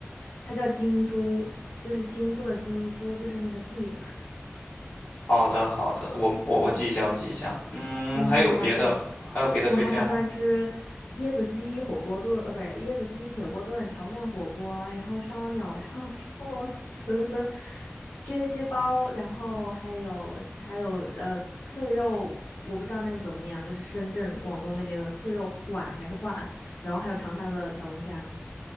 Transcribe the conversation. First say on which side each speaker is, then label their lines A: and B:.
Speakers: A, on the left; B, on the left.
A: 它叫金猪，就是金色的金猪，就是那个 pig。
B: 好的好的，我我我记一下，
A: 嗯。
B: 我记一下。嗯，
A: 嗯，
B: 还有别的还有别的推荐吗？
A: 很好吃。我还打算吃椰子鸡火锅炖，呃，不是椰子鸡铁锅炖、潮汕火锅，然后烧鸟、<laughs> 烧寿司、撅撅包，然后还有还有呃脆肉，我不知道那个怎么念啊，就是深圳、广东那边的脆肉皖还是皖，然后还有长沙的小龙虾。